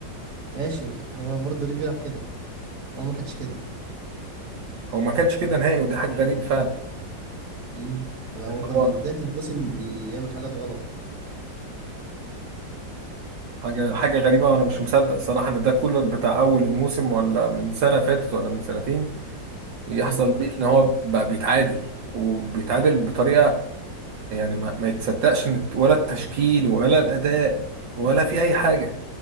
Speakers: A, on the right; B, on the right.
A: ماشي هو برضه ليه بيلعب كده هو ما كانش كده
B: هو ما كانش كده نهائي ودي حاجه غريبه فعلا
A: امم هو
B: اللي
A: بقى
B: هو
A: من بداية الموسم بيعمل حاجات غلط
B: حاجه حاجه غريبه وانا مش مصدق صراحه ان ده كولر بتاع اول الموسم ولا من سنه فاتت ولا من سنتين يحصل
A: مم.
B: بيه ان هو بقى بيتعادل وبيتعادل بطريقه يعني ما, ما يتصدقش إن- ولا التشكيل ولا الاداء ولا في اي حاجه